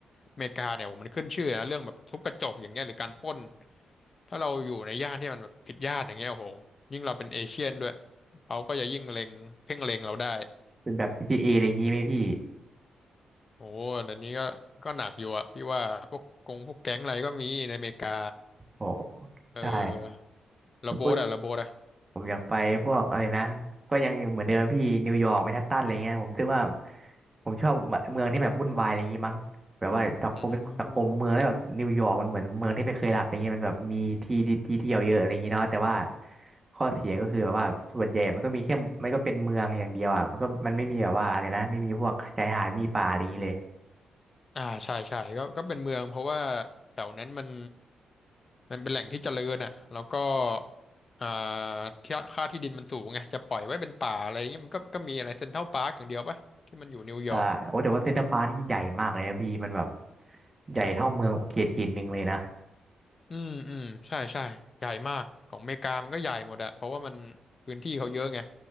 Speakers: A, on the left; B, on the right.
A: อเมริกาเนี่ยโหมันขึ้นชื่อนะเรื่องแบบทุบกระจกอย่างเงี้ยหรือการปล้นถ้าเราอยู่ในย่านที่มันแบบผิดย่านอย่างเงี้ยโอ้โหยิ่งเราเป็นเอเชียนด้วยเขาก็จะยิ่งเล็งเพ่งเล็งเราได้
B: เป็นแบบ GTA ออะไรอย่างงี้ไหมพี่
A: โอ้เดี๋ยวนี้ก็ก็หนักอยู่อะพี่ว่าพวกกงพวกแก๊งอะไรก็มีในอเมริกา
B: โอ้
A: เออ
B: ใช่ จะพูด
A: ระโบดอะระโบดอะ
B: ผมอยากไปพวกอะไรนะก็ยังเหมือนเดิมพี่นิวยอร์กแมนฮัตตันอะไรเงี้ยผมคิดว่าผมชอบเมืองที่แบบวุ่นวายอะไรอย่างงี้มั้งแบบว่าสังคมสังคมเมืองแล้วแบบนิวยอร์กมันเหมือนเมืองที่ไม่เคยหลับอะไรเงี้ยมันแบบมีที่ที่ที่เที่ยวเยอะอะไรอย่างงี้เนาะแต่ว่า
A: อืม
B: ข้อเสียก็คือแบบว่าส่วนใหญ่มันก็มีแค่มันก็เป็นเมืองอย่างเดียวอ่ะมันก็มันไม่มีแบบว่าอะไรนะไม่มีพวกชายหาดมีป่าอะไรอย่างงี้เลย
A: อ่าใช่ใช่ก็ก็เป็นเมืองเพราะว่าแถวนั้นมัน มันเป็นแหล่งที่เจริญอ่ะ แล้วก็อ่าที่ค่าที่ดินมันสูงไง จะปล่อยไว้เป็นป่าอะไรเงี้ย มันก็ก็มีอะไรเซ็นทรัลพาร์คอย่างเดียวปะที่มันอยู่นิวยอร์ก
B: อ่าโอ้แต่ว่าเซ็นทรัลปาร์คนี่ใหญ่มากเลยนะพี่มันแบบใหญ่เท่าเมืองเขตเขตหนึ่งเลยนะ
A: อืม อืม ใช่ใช่ใหญ่มาก ของอเมริกามันก็ใหญ่หมดอะเพราะว่ามันพื้นที่เขาเยอะไง